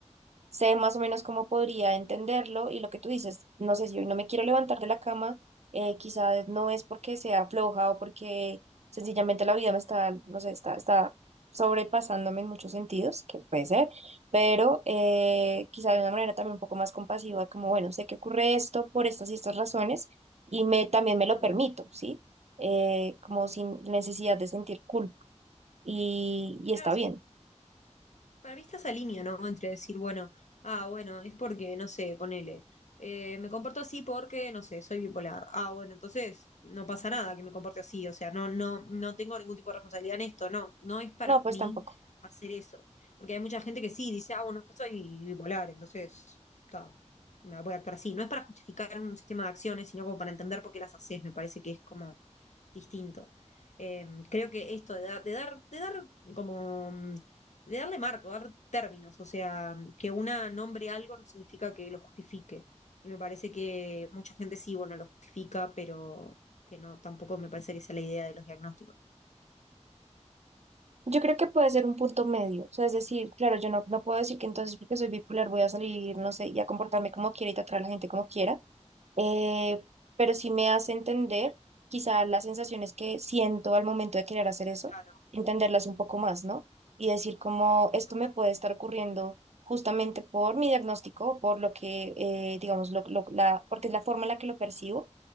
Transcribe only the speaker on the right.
sé más o menos cómo podría entenderlo y lo que tú dices, no sé si hoy no me quiero levantar de la cama, eh, quizás no es porque sea floja o porque sencillamente la vida me está, no sé, está, está sobrepasándome en muchos sentidos, que puede ser, pero eh, quizás de una manera también un poco más compasiva, como bueno, sé que ocurre esto por estas y estas razones y me, también me lo
permito, ¿sí? Eh, como
sin necesidad de sentir culpa y, y
está
bien.
No, pues
tampoco.
Yo creo que puede ser un punto medio, o sea, es decir, claro, yo no, no puedo decir que entonces porque soy bipolar voy a salir, no sé, y a comportarme como quiera y tratar a la gente como quiera, eh, pero sí me hace entender quizá las sensaciones que siento al momento de querer hacer eso,
entenderlas un poco más, ¿no? Y decir como esto
me puede estar ocurriendo justamente por mi diagnóstico, por lo que, eh, digamos, lo, lo- la, porque es la forma en la que lo percibo